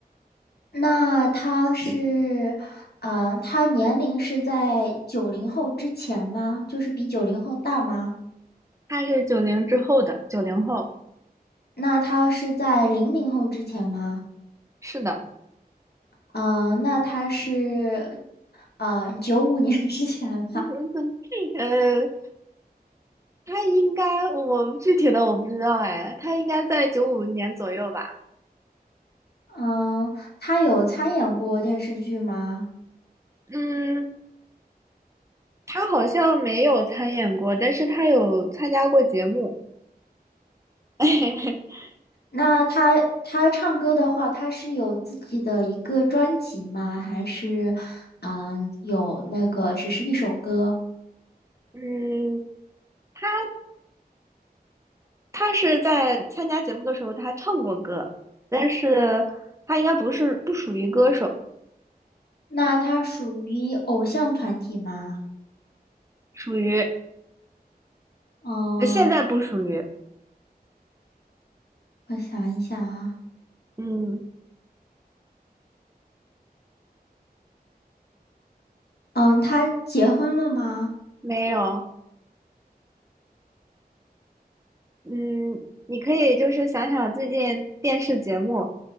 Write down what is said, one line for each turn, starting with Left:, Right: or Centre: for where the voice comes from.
Left: 那他是，嗯，他年龄是在九零后之前吗？就是比九零后大吗？
Right: 他是九零之后的，九零后。
Left: 那他是在零零后之前吗？
Right: 是的，
Left: 嗯，那他是，嗯，九五年 <laughs> 之前吧。
Right: <laughs> 呃，他应该我具体的我不知道哎，他应该在九五年左右吧？
Left: 嗯，他有参演过电视剧吗？
Right: 嗯，他好像没有参演过，但是他有参加过节目。<laughs>
Left: 那他他唱歌的话，他是有自己的一个专辑吗？还是，嗯，有那个只是一首歌？
Right: 嗯，他他是在参加节目的时候，他唱过歌，但是他应该不是不属于歌手，
Left: 那他属于偶像团体吗？
Right: 属于
Left: 嗯，
Right: 呃现在不属于。
Left: 我想一想啊，
Right: 嗯，
Left: 嗯，他结婚了吗？
Right: 没有。嗯，你可以就是想想最近电视节目，